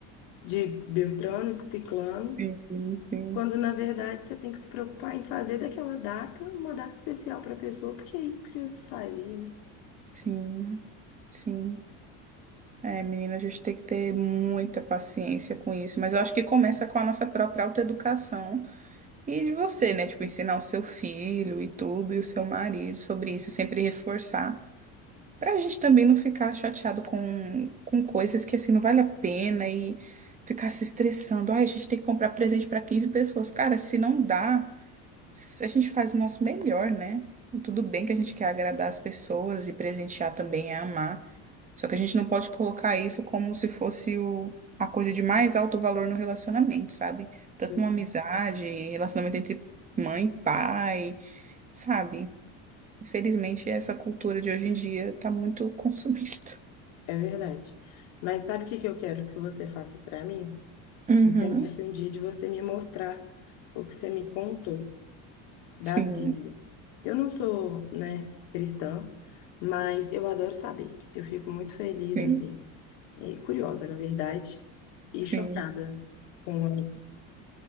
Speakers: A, on the left; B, on the right.
A: de Beltrano, de Ciclano,
B: sim, sim,
A: quando na verdade você tem que se preocupar em fazer daquela data uma data especial para a pessoa, porque é isso que Jesus faria, né?
B: sim, sim. É, menina, a gente tem que ter muita paciência com isso, mas eu acho que começa com a nossa própria autoeducação e de você, né? Tipo, ensinar o seu filho e tudo, e o seu marido sobre isso, e sempre reforçar, pra gente também não ficar chateado com, com coisas que assim não vale a pena e ficar se estressando. Ai, a gente tem que comprar presente pra 15 pessoas. Cara, se não dá se a gente faz o nosso melhor, né? Tudo bem que a gente quer agradar as pessoas e presentear também é amar. Só que a gente não pode colocar isso como se fosse o, a coisa de mais alto valor no relacionamento, sabe? Tanto
A: Pois
B: numa amizade, relacionamento entre mãe e pai, sabe? Infelizmente, essa cultura de hoje em dia tá muito consumista.
A: é, é verdade. Mas sabe o que que eu quero que você faça para mim?
B: Uhum.
A: Você marque um dia de você me mostrar o que você me contou. da
B: Sim,
A: Bíblia. Eu não sou, né, cristã, mas eu adoro saber. Eu fico muito feliz,
B: sim,
A: assim, e curiosa, na verdade, e
B: sim.
A: chocada com as,